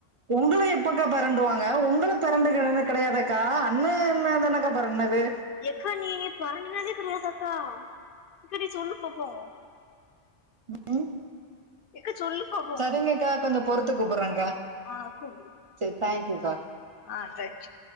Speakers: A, on the right; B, on the left.
A: உங்கள எப்பக்கா பரண்டுவாங்க உங்களுக்கு பரெண்டு கிரன்டு கிடையாதுக்கா அண்ணன் இதுனா தானக்கா பரண்டுனது
B: எக்கா நீங்க பரண்டுனதே கிடையாதக்கா சேரி நீ சொல்லு பாப்போ
A: ம்ம்ம்
B: எக்கா சொல்லு பாப்போ
A: சரிங்கக்கா கொஞ் பொறுத்து கூப்டடுறங்க்கா
B: ஆ கூப்புடு
A: சேரி தேங்க்யூக்கா
B: அ தேங்கியூ